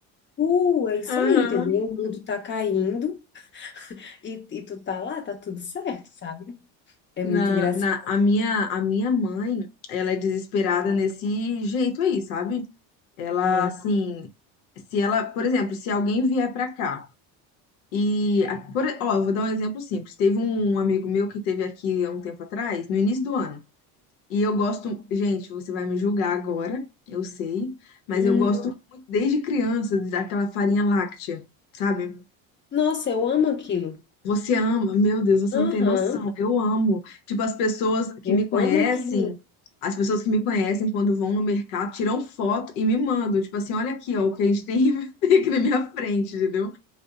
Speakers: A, on the left; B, on the left.
A: uh, é isso
B: Aham.
A: aí, entendeu? O mundo tá caindo e, e tu tá lá, tá tudo certo, sabe? É
B: Na,
A: muito engraçado.
B: na, a minha, a minha mãe, ela é desesperada nesse jeito aí, sabe? Ela,
A: Ah,
B: assim, se ela, por exemplo, se alguém vier pra cá e, a- por, ó, eu vou dar um exemplo simples. Teve um amigo meu que teve aqui há um tempo atrás, no início do ano, e eu gosto, gente, você vai me julgar agora, eu sei, mas
A: hum.
B: eu gosto muito desde criança daquela farinha láctea, sabe?
A: Nossa, eu amo aquilo.
B: Você ama, meu Deus, você não
A: Aham,
B: tem noção. Eu amo. Tipo, as pessoas que
A: eu
B: me conhecem,
A: amo aquilo.
B: as pessoas que me conhecem quando vão no mercado, tiram foto e me mandam. Tipo assim, olha aqui, ó, o que a gente tem <laughs> tem aqui na minha frente, entendeu?